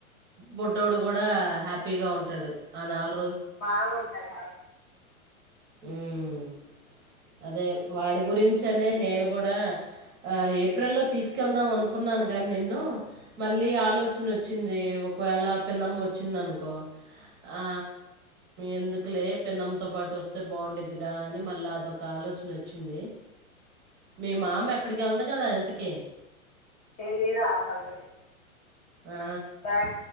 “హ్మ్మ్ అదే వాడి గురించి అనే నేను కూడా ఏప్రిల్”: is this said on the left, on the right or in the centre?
Right